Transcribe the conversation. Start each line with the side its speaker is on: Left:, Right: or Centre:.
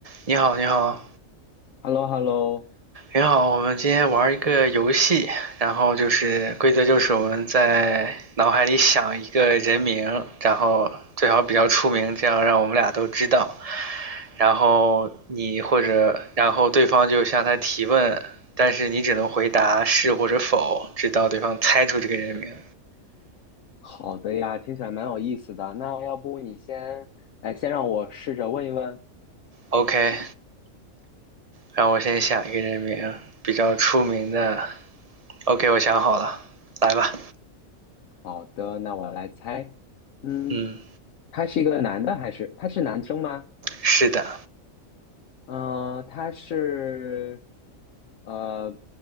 Right: 你好，你好，
Left: h e l l o h e l l o
Right: 你好，我们今天玩一个游戏，然后就是规则就是我们在脑海里想一个人名，然后最好比较出名，这样让我们俩都知道。然后你或者然后对方就向他提问，但是你只能回答是或者否，直到对方猜出这个人名。
Left: 好的呀，听起来蛮有意思的。那要不你先，来，先让我试着问一问。
Right: OK，让我先想一个人名，比较出名的。OK，我想好了，来吧。
Left: 好的，那我来猜。嗯，
Right: 嗯，
Left: 他是一个男的还是他是男生吗？
Right: 是的。
Left: 嗯、他是，呃，